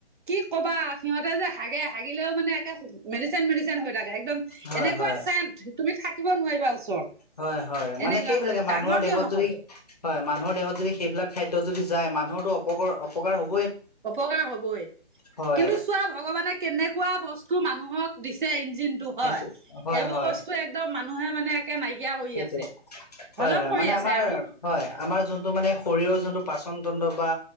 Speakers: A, on the right (about 50°); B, on the left (about 40°).
A: কি ক'বা আৰু সিহঁতে যে হাগে হাগিলেও মানে একে মেডিচিন মেডিচিন একদম
B: হয়
A: এনেকুৱা
B: হয়
A: চেণ্ট তুমি থাকিব নোৱাৰিবা ওচৰত।
B: হয়, হয় মানে
A: এনেকুৱা
B: সেইবিলাকে মানুহৰ
A: ডাঙৰ
B: দেহত
A: কিয় নহব
B: যদি হয় মানুহৰ দেহত যদি সেইবিলাক খাদ্য যদি যায় মানুহটো অপ অপকাৰ হ'ব।
A: অপকাৰ হ'বই
B: হয়
A: কিন্তু চোৱা ভগৱানে কেনেকুৱা বস্তু মানুহক দিছে ইঞ্জিন টো হয়
B: সেইটো হয়
A: এইবোৰ
B: হয়
A: বস্তু একদম মানুহে মানে একে নাইকিয়া কৰি
B: সেইটোৱে
A: আছে হজম
B: হয় হয়
A: কৰি
B: মানে
A: আছে
B: আমাৰ
A: আৰু
B: হয় আমাৰ যোনটো মানে শৰীৰৰ যোনটো পাচন বা